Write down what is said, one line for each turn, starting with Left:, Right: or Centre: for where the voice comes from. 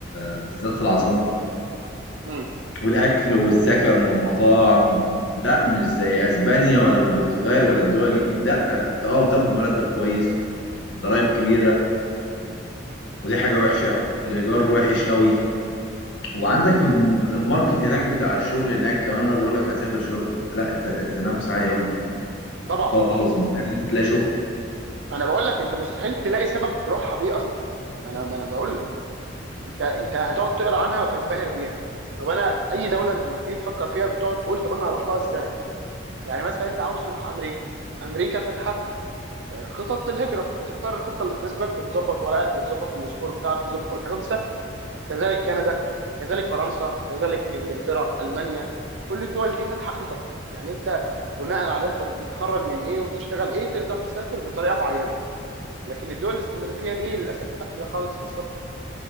Left: بالذات في العاصمه
Right: امم
Left: والاكل والسكن والمطاعم لا مش زي اسبانيا ولا البرتغال ولا الدول دي لا انت اه بتاخد مرتب كويس ضرايب كبيره ودي حاجه وحشه الايجار وحش قوي وعندك
Right: امم
Left: الم- الماركت هناك بتاع الشغل هناك لو انا بقول لك هسافر شغل لا الت- التنافس عالي قوي
Right: طبعا
Left: خالص مستحيل ان انت تلاقي شغل
Right: ما انا بقول لك انت مستحيل تلاقي سبب تروحها بيه اصلا ما انا ما انا بقول لك انت انت هتقعد تقرا عنها وتنبهر بيها طب انا اي دوله انت ما بتيجي تفكر فيها بتقعد تقول طب انا هروح لها ازاي يعني مثلا انت عاوز تروح امريكا امريكا فاتحه آه، خطط للهجره بتختار الخطه اللي تناسبك وتظبط ورقك وتظبط السكور بتاعك وتظبط كل حاجه بتسافر كذلك كندا كذلك فرنسا كذلك انجلترا المانيا كل الدول دي فاتحه خطط يعني انت بناء على انت متخرج من ايه وبتشتغل ايه تقدر تسافر بطريقه معينه لكن الدول الاسكندنافيه دي للاسف قافله خالص للسفر